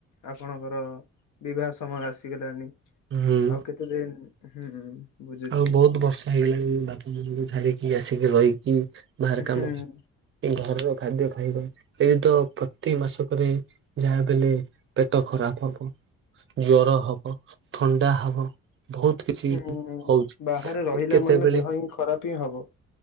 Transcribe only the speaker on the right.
ହୁଁ
ଆଉ ବହୁତ ବର୍ଷ ହେଇଗଲାଣି ବାପା ମାଙ୍କୁ ଛାଡିକି ଆସିକି ରହିି କି ବାହାର କାମ,
ଇ ଘରର ଖାଦ୍ୟ ହୁଁ ଏଇ ତ ପ୍ରତି ମାସକରେ ଯାହାବି ହେଲେ ପେଟ ଖରାପ ହବ। ଜ୍ୱର ହବ, ଥଣ୍ଡା ହବ ବହୁତ କିଛି
ହଉଛି
କେତେବେଳେ